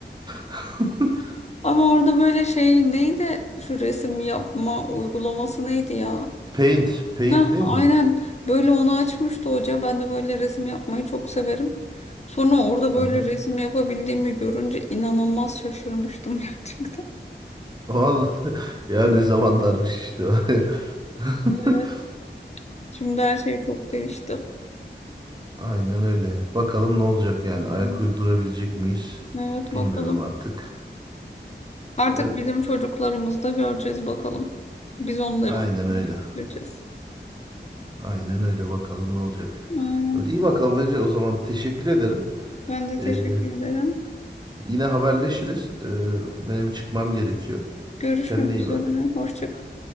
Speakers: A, on the right; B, on the left.
A: <laughs>
B: ama orada böyle şey neydi şu resim yapma uygulaması neydi ya?
A: Paint, paint
B: Heh,
A: değil
B: aynen
A: mi?
B: böyle onu açmıştı hoca. Ben de böyle resim yapmayı çok severim. Sonra orada
A: Aha.
B: böyle resim yapabildiğimi görünce inanılmaz şaşırmıştım <laughs> gerçekten.
A: Vallahi <laughs> ya ne zamanlarmış işte. <laughs>
B: Evet.
A: <laughs>
B: Şimdi her şey çok değişti.
A: Aynen öyle. Bakalım ne olacak yani. Ayak
B: Hı.
A: uydurabilecek miyiz?
B: Evet bakalım.
A: Bilmiyorum artık.
B: Artık
A: Evet,
B: bizim çocuklarımız da göreceğiz bakalım. Biz onların
A: aynen öyle.
B: göreceğiz.
A: Aynen öyle. Bakalım ne olacak.
B: Aynen.
A: İyi bakalım Ece. O zaman teşekkür ederim.
B: Ben de teşekkür
A: Ee,
B: ederim.
A: yine haberleşiriz. Ee, benim çıkmam gerekiyor.
B: Görüşmek
A: Kendine iyi
B: üzere.
A: bak.
B: Hoşça kalın.